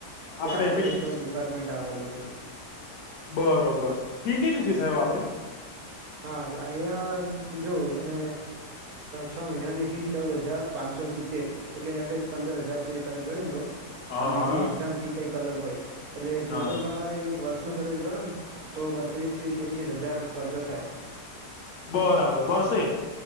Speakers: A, on the right; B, on the left.
A: ત્યાં
B: આપડે
A: આગળ
B: પેલી
A: એક ડિપાર્ટમેન્ટ આવેલું છે જ
B: બરોબર ફી કેટલી છે, સાહેબ આપડે
A: હા, અહંયા જોવને છ, મહિનાની. ફી ચૌદ હજાર પાંચસોને સિત્તેર, એટલે એવરેજ પંદર હજાર,, તો એ તમે ગણી લો
B: હા
A: અને બીજી એક્ઝામ ફી કઈક અલગ હોય, એટલે ટોટલ
B: હા
A: તમારે એક વર્ષ નનું કદાચ ગણું, ને તો બત્રીસથી તેત્રીસ હજાર, ખર્ચો થાય
B: બરાબર વર્ષે?